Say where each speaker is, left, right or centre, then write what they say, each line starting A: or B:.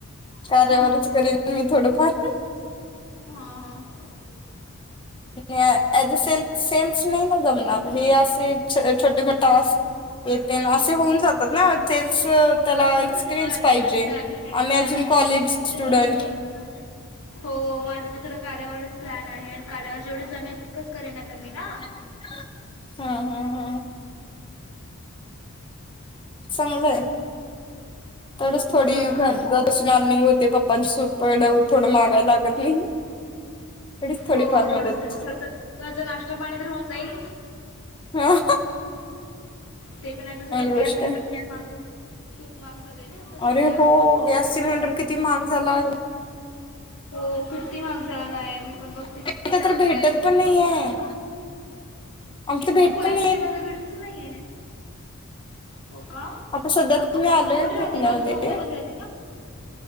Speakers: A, on the left; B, on the left.
A: कार्यावरच
B: हा
A: करेन, मी थोडंफार.
B: हां हां.
A: अॅज सेल् सेल्स नाही ना जमणार हे असे छो छोटे टास्क, ये तेन असे होऊन जातात ना ते त्याला
B: माझं पण
A: एक्सपिरियन्स
B: सगळं कार्यावरच
A: पाहिजे
B: प्लॅन आहे कार्यावर
A: आम्ही अजून कॉलेज स्टुडंट
B: <unintelligible> हो माझं पण थोडं कार्यावरच प्लॅन आहे आणि कार्यावर जेवढं जमेल तितकंच करेन आता मी ना
A: हा हा हा. चांगलय, तेवढीच
B: हा
A: थोडी घर <unintelligible> होते पप्पांपड थोडं मारायला लागत नाही. थोडीच थोडीफार
B: हो
A: मदत
B: थोड म खर्च त्यांचा नाश्ता पाणी तर होऊन जाईल.
A: हो.
B: ते पण आहे, तसं पण गॅस
A: गोष्ट
B: सिलेंडर
A: आहे.
B: खूप महाग खूप महाग झाले ना आता. सध्या.
A: अरे हो गॅस सिलेंडर किती महाग झाला आहे.
B: हो किती महाग झाला आहे मी पण बघ
A: काय ठिकाणी तर भेटत पण नाही आहे. आमच्या भेट
B: हो पुण्या
A: पण
B: सिटी मध्ये भेटच नाहीये. हो का
A: आता सध्या तर मी आलोय
B: कुठे राहते
A: पुण्यामध्ये
B: का तू मुंबई मध्ये राहते का?